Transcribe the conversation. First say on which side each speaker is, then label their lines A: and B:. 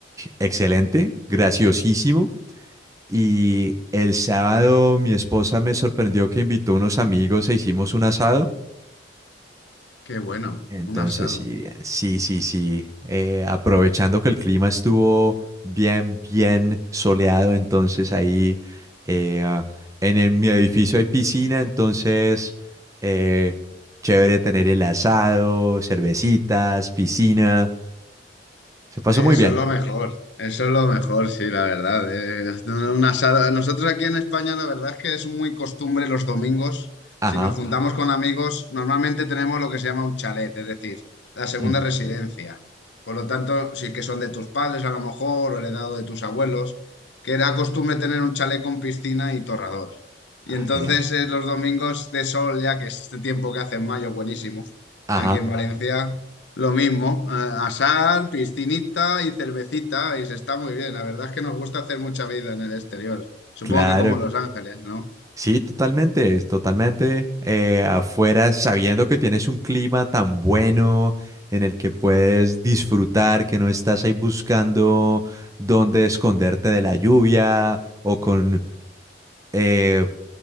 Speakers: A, on the right (about 20°); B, on the left (about 75°).
A: excelente, graciosísimo. Y el sábado mi esposa me sorprendió que invitó unos amigos e hicimos un asado.
B: qué bueno.
A: Entonces,
B: Un asado.
A: sí, bien. Sí, sí, sí. Eh, aprovechando que el clima estuvo bien, bien soleado, entonces ahí eh, ah, en el- mi edificio hay piscina, entonces eh, chévere tener el asado, cervecitas, piscina. Se pasó
B: Eso
A: muy bien.
B: es lo mejor, eso es lo mejor, sí, la verdad. eh, una- una asada. Nosotros aquí en España, la verdad es que es muy costumbre los domingos,
A: Ajá.
B: si nos juntamos con amigos, normalmente tenemos lo que se llama un chalet, es decir, la segunda
A: Mm.
B: residencia. Por lo tanto, sí que son de tus padres a lo mejor, o heredado de tus abuelos, que era costumbre tener un chalet con piscina y torrador. Y
A: Ah,
B: entonces
A: genial.
B: eh, los domingos de sol, ya que es este tiempo que hace en mayo, buenísimo,
A: Ajá,
B: aquí en Valencia. Lo mismo, a- asar, piscinita y cervecita, y se está muy bien. La verdad es que nos gusta hacer mucha vida en el exterior. Supongo
A: claro.
B: que como Los Ángeles, ¿no?
A: Sí, totalmente, es totalmente. eh, afuera, sabiendo que tienes un clima tan bueno en el que puedes disfrutar, que no estás ahí buscando dónde esconderte de la lluvia o con eh,